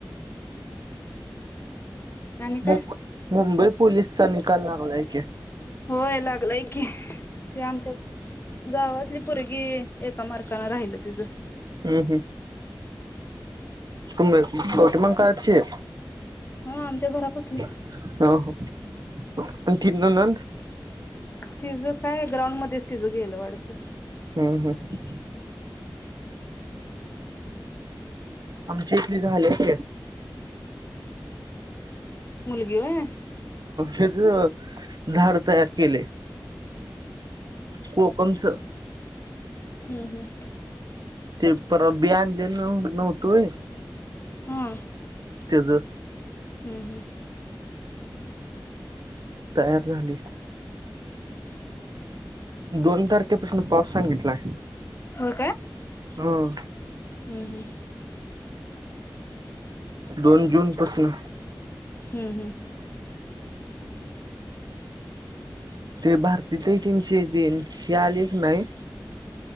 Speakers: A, on the left; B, on the right.
A: आणि काय
B: मुं-मुंबईत पुलिसचा निकाल ला हुलायकी
A: होय लागलाय की. ते आमच्यात गावातली पूरगी एका मार्काने राहिल तिज
B: हम्म, हम्म कोण ग कवठेमहांकाळची?
A: हा आमच्या घरापसले
B: आ हो आणि ती ननंद?
A: तिझं काय ग्राउंडमध्येच तिझं गेलं वाटतं.
B: हम्म हम् आमच्या इथली झाल्यात की.
A: मुलगी वय
B: हेच झाड तयार केलय कोकमच.
A: हम्म हम्
B: ते परवा बी आणलेल नव्हत होय
A: हम्म
B: तेज
A: हम्म हम्म
B: तयार झाली दोन तारखेपासनं पाऊस सांगितलाय.
A: होय
B: हम
A: हम हं
B: दोन जूनपासनं
A: हम्म हम्
B: ते भारती ताई त्यांची तीन हे आलीच नाही.